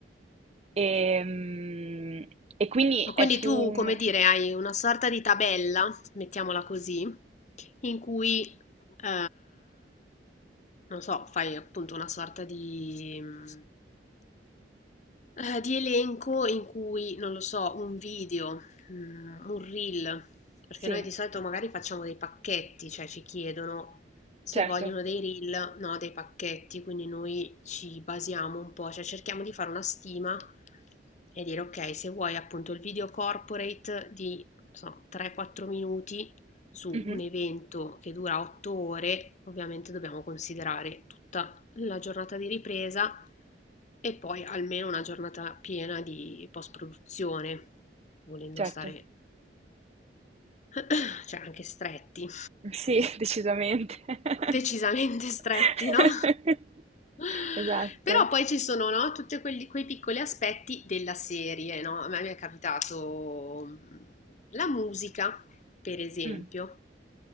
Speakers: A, on the right; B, on the left.
A: Ehm, e quindi
B: Ma quindi
A: è più
B: tu,
A: un...
B: come dire, hai una sorta di tabella, mettiamola così, in cui, eh, non so, fai appunto una sorta di, mh, eh, di elenco in cui, non lo so, un video, mh, un reel, perché
A: Sì,
B: noi di solito magari facciamo dei pacchetti, cioè ci chiedono se
A: certo.
B: vogliono dei reel, no, dei pacchetti, quindi noi ci basiamo un po', cioè cerchiamo di fare una stima e dire ok, se vuoi appunto il video corporate di, non so, 3-4 minuti su
A: Mhm,
B: un evento che dura 8 ore, ovviamente dobbiamo considerare tutta la giornata di ripresa e poi almeno una giornata piena di post-produzione, volendo
A: certo.
B: stare, <clears throat> <coughs> cioè anche stretti.
A: Sì, <laughs> decisamente. <laughs>
B: Decisamente stretti, no? <laughs>
A: Esatto.
B: Però poi ci sono, no, tutti quelli- quei piccoli aspetti della serie, no? A me mi è capitato mm, la musica, per esempio.
A: Mm.